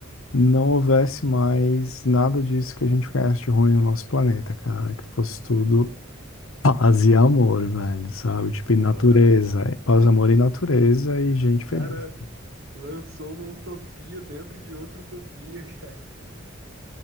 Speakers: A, on the left; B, on the right.
A: não houvesse mais nada disso que a gente conhece de ruim no nosso planeta, cara. Que fosse tudo. Paz e amor, velho, sabe? Tipo, e
B: Pô,
A: natureza.
B: o
A: é Paz, amor e natureza e gente feliz.
B: cara lançou uma utopia dentro de outra utopia, <laughs>